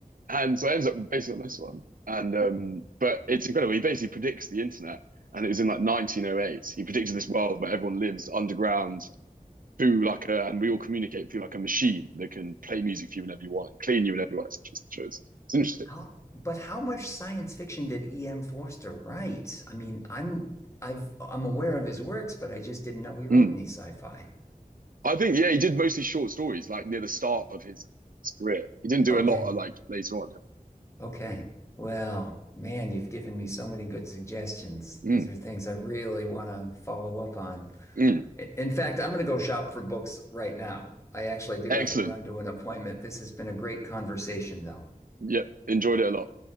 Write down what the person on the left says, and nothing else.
Okay.
How, but how much science fiction did E.M. Forster write? I mean, I'm I've I'm aware of his works, but I just didn't know he wrote
any sci-fi.
Okay.
Okay. Well, man, you've given me so many good suggestions.
These are things I really want to follow up on.
I- In fact, I'm going to go shop for books right now. I actually do
have to run to an appointment. This has been a great conversation, though.